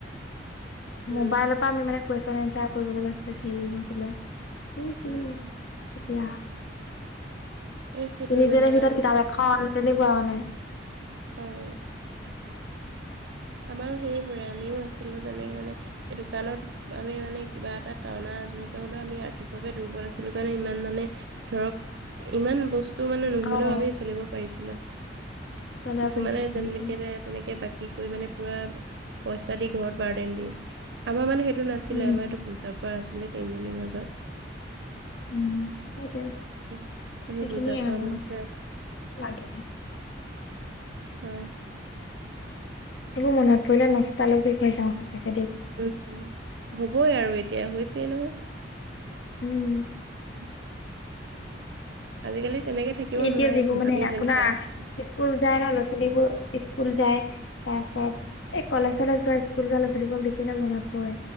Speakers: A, on the right (about 65°); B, on the left (about 80°).
A: উম,
B: মোবাইল পা আমি মানে কুৱেশন এনচাৰ কৰিবলৈ লৈছিলো হেৰি হৈছিলে। কি
A: উম,
B: কি এতিয়া।
A: এই সেইটোৱে
B: তিনিজনীৰ
A: মানে
B: ভিতৰত
A: আমি
B: কিতাপ এখন তেনেকুৱা মানে।
A: অঁ' আমাৰো সেইবোৰে আমিও আছিলো তেনেকে মানে এই দোকানত- আমি মানে কিবা এটা টনা আজোৱাকে হ'লেও আমি আৰ্থিকভাৱে দুৰ্বল আছিলো কাৰণে ইমান মানে- ধৰক ইমান বস্তু মানে নহলেও
B: অ',
A: আমি চলিব পাৰিছিলো।
B: চলাব
A: কিছুমানে
B: পাৰিছে সেইটোৱে
A: যেনেকেৰেত- তেনেকে বাকী কৰি মানে পুৰা পইচা দি ঘৰত বাৰ্ডেন দিয়ে। আমাৰ মানে সেইটো না- আছিলে
B: উম
A: আমাৰ এইটো বুজা পৰা আছিলে তিনজনীৰ মাজত।
B: উম, সেইটোৱে
A: সেই
B: সেইখিনিয়ে
A: বুজা পোৱাৰ
B: আক
A: মাজতে
B: লাগে।
A: হয়।
B: এইবোৰ মনত পৰিলে নষ্টালজিক হৈ যাওঁ সঁচাকে দেই
A: উম উম, হ'বই আৰু এতিয়া হৈছেই নহয়।
B: উম
A: উ <inaudible> আজিকালি তেনেকে থাকিব
B: এতিয়া
A: নোৱাৰে,
B: যিবোৰ মানে
A: আমি
B: আপোনাৰ
A: যেনেকে আছিলো।
B: স্কুল যায় ন' ল'ৰা ছোৱালীবোৰ স্কুল যায়। তাৰছত এই কলেজ চালেজ যোৱা স্কুল ল'ৰা ছোৱালী বোৱক দেখিলে মনত পয়।